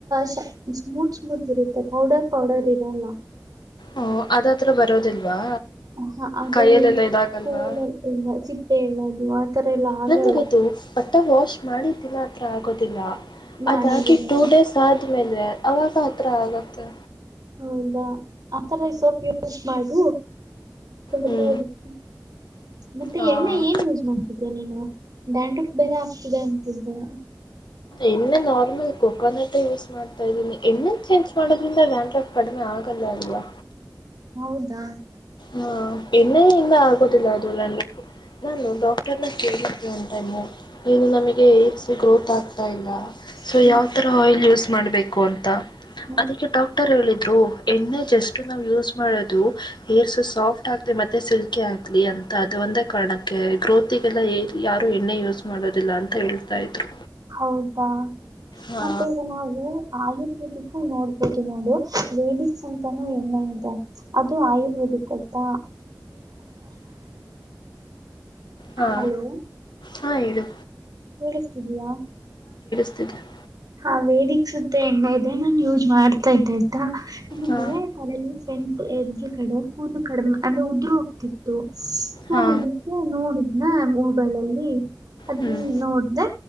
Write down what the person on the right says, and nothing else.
ಷ ಸ್ಮೂತ್ ಸ್ಮೂತ್ ಇರುತ್ತೆ ಪೌಡರ್ ಪೌಡರ್ ಇರಲ್ಲ
ಹ ಅದ್ರಲ್ಲಿ
ಕೋಲ ಇಲ್ಲ ಸಿಪ್ಪೆ ಹೇಳೋದು ಆತರ ಎಲ್ಲ ಆಗಲ್ಲ
ಮಾಣೆದಿನ
ಹೌದಾ ಆತರ ಸೋಪು ಯೂಸ್ ಮಾಡು ಪ <unintelligible>
ಮತ್ತೆ
ಎಣ್ಣ ಏನ್ ಯೂಸ್ ಮಾಡ್ತಿದ್ದೆ ನೀನು ಡ್ಯಾಂಡ್ರಫ್ ಬೇರೆ ಆಗ್ತಿದೆ ಅಂತಿದೆ
ಹೌದಾ
ಹ್ಮ್
ಹ್ಮ್
ಹೌದಾ
ಮತ್ತೆ ಈಗ ನಾವು ಆಯುರ್ವೇದಿಕ್ ನೋಡ್ಬೋದು ನೋಡು ವೇದಿಕ್ ಅಂತಾನೂ ಎಮ್ಮೆ ಇದೆ ಅದು ಆಯುರ್ವೇದಿಕ್ ಅಂತ
ಹಲೋ <inaudible>
ಕೆಲ್ಯಾಸ್ತಿದ್ಯಾ
ಹಾ ವೇದಕ್ ಸುದ್ದ ಎಣ್ಣೆ ಇದೆ ನಾನ್ ಯೂಸ್ ಮಾಡ್ತಾ ಇದ್ದೆ ಆಯ್ತಾ ನಮಗೆ
ತಲೆಯಲ್ಲಿ ಸೆಂಟು ಎದ್ ಕಡೆ ಕೂದಲು ಕಡೆ ಅಂದ್ರೆ ಉದ್ರ ಹೋಗ್ತಿತ್ತು <unintelligible> ನಾನದಕ್ಕೆ
ನೋಡಿದ್ನ ಮೊಬೈಲ ಅಲ್ಲಿ ಅದ
ನೋಡ್ದೆ